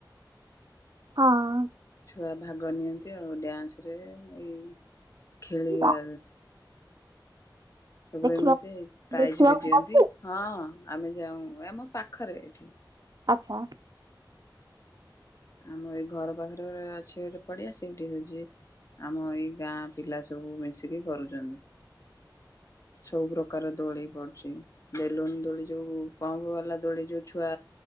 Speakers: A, on the right; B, on the left.
A: ହଁ
B: ଛୁଆ ଭାଗ ନିଅନ୍ତି ଆଉ ଡ୍ୟାନ୍ସ ରେ ଏଇ ଖେଳିବା
A: ଯା-
B: ସବୁ
A: ଦେଖିବା
B: ଏମିତି ପ୍ରାଇଜ୍
A: ଦେଖିବାକୁ
B: ବି ଦିଅନ୍ତି
A: ଅଛି
B: ହଁ । ଆମେ ଯାଉ ଆମ ପାଖରେ ଏଠି
A: ଆଚ୍ଛା
B: ଆମ ଏଇ ଘର ପାଖରେ ଗୋ ଅଛି ଗୋଟେ ପଡିଆ ସେଇଠି ହଉଛି ଆମ ଏଇ ଗାଁ ପିଲା ସବୁ ମିଶିକି କରୁଛନ୍ତି ସବୁ ପ୍ରକାର ଦୋଳି ପଡୁଛି ବେଲୁନ ଦୋଳି ଯୋଉ ପମ୍ପ ବାଲା ଦୋଳି ଯୋଉ ଛୁଆ